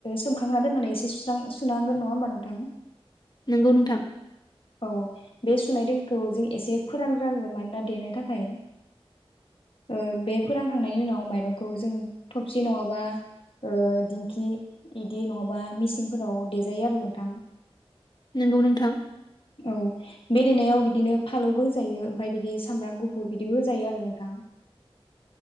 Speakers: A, on the left; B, on the left.
A: सोमखांना दोननानै एसे सुस्रां‌ सुुनांगोन नङा होमबा नोंथां?
B: नंगौ नोंथां
A: औ बे सुनाय दैखौ जों एसे फोरानग्रांगोन मानोना देनो थाखाय ओ बे फोरानखांनायनि उनाव माइरंखौ जों थबसि नङाबा ओ दिंखि इदि नङाबा मिसिंफोराव देजायो आरो नोंथां
B: नंगौ नोंथां
A: औ बे देनायाव बिदिनो फालौबो होजायो ओमफाय बिदि सामब्राम गुफुर बिदिबो होजायो आरो नोंथां